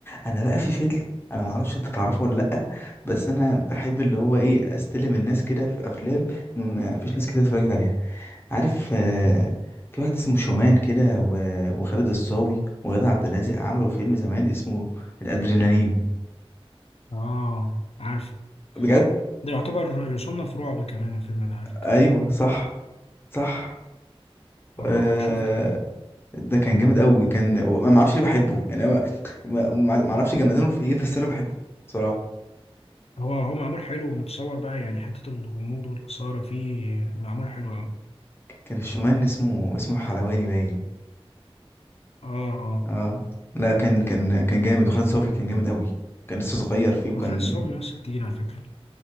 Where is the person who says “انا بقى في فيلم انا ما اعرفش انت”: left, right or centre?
Left